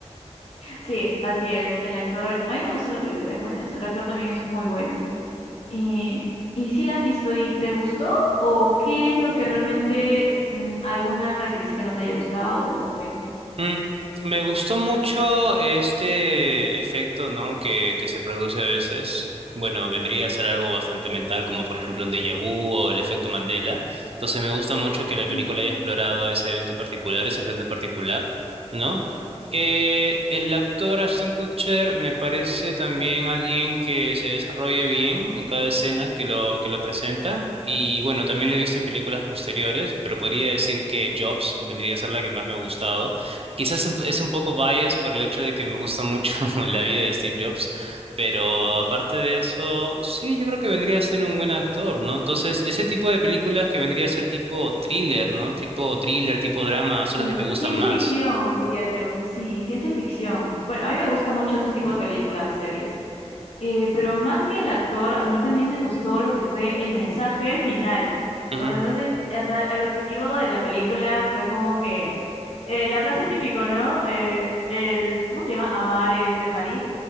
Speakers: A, on the left (about 60°); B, on the right (about 55°).
A: Sí, así es. El actor, a mí me gusta la película, es buena. El actor también es muy bueno. Y, y sí la has visto y ¿te gustó? ¿O qué es lo que realmente mm, alguna característica no te haya gustado o qué?
B: Mm, Me gustó mucho este efecto, ¿no? Que, que se produce a veces. Bueno, vendría a ser algo bastante mental, como por ejemplo un déjà vu o el efecto Mandela. Entonces me gusta mucho que la película
A: Mm.
B: haya explorado ese evento en particular, ese efecto en particular, ¿no? Eh, el actor Ashton Kutcher me parece también alguien que se desarrolla bien en cada escena que lo, que lo presenta. Y bueno, también lo he visto en películas posteriores, pero podría decir que Jobs vendría a ser la que más me ha gustado Quizás un- es un poco bias por el hecho de que me gusta mucho <laughs> la vida de Steve Jobs, pero aparte de eso, sí, yo creo que vendría a ser un buen actor, ¿no? Entonces, ese tipo de películas que vendría a ser tipo thriller, ¿no? Tipo thriller, tipo drama, son
A: Sí,
B: las que te gustan
A: ciencia
B: más.
A: ficción, diría yo. Sí, ciencia ficción. Bueno, a mí me gusta mucho ese tipo de películas, series. Eh, pero más que el actor, a mí también me gustó lo que fue el mensaje final.
B: Ujú.
A: O sea, entonces o sea, el objetivo de la película fue como que eh, la frase típico, ¿no? Eh, el, ¿cómo se llama? Amar es dejar ir